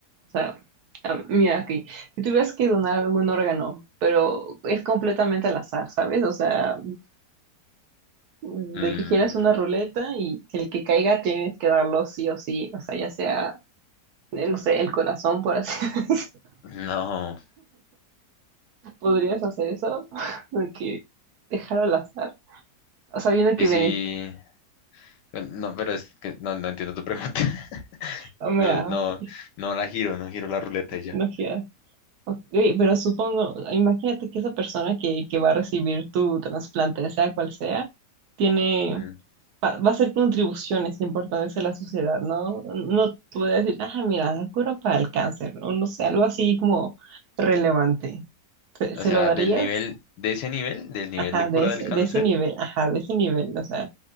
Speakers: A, on the right (about 70°); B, on the left (about 80°).
A: o sea, ah, mira aquí, si tuvieras que donar algún órgano, pero es completamente al azar, ¿sabes? O sea, de
B: Mm,
A: que quieras una ruleta y el que caiga tienes que darlo sí o sí, o sea, ya sea, eh, no sé, el corazón, por así <laughs> decirlo.
B: No,
A: ¿Podrías hacer eso? <laughs> De que dejarlo al azar, sabiendo
B: y
A: que
B: si...
A: venís.
B: No, pero es que no, no entiendo tu pregunta. <laughs>
A: ah, mira,
B: No, no,
A: ok,
B: no la giro, no giro la ruleta y ya.
A: no giras. Ok, pero supongo, imagínate que esa persona que, que va a recibir tu trasplante, sea cual sea, tiene,
B: Mm.
A: va, va a hacer contribuciones importantes a la sociedad, ¿no? No te voy a decir, ah, mira, la cura para el cáncer, o no sé, algo así como relevante. ¿Se, se
B: O sea,
A: lo darías?
B: del nivel, de ese nivel, del nivel
A: Ajá,
B: de cura
A: de ese,
B: del cáncer,
A: de ese nivel, ajá, de ese nivel, o sea,